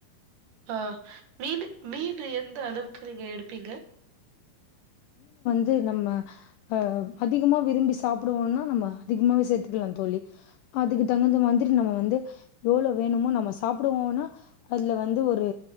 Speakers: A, on the right; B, on the left.
A: ஆஹ் மீனு மீனு எந்த அளவுக்கு நீங்க எடுப்பிங்க
B: து நம்ம அஹ் அதிகமா விரும்பி சாப்பிடுவோன்னா நம்ம அதிகமாவே சேர்த்துக்கலா தோழி அதுக்கு தகுந்த மாதிரி நம்ம வந்து எவ்ளோ வேணுமோ நம்ம சாப்புடுவோன்னா அத்ல வந்து ஒரு